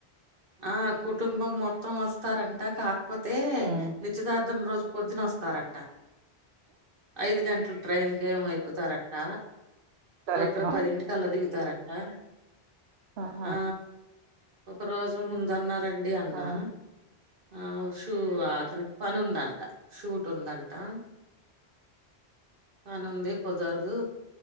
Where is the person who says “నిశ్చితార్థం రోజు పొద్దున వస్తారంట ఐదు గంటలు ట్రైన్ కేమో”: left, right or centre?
Right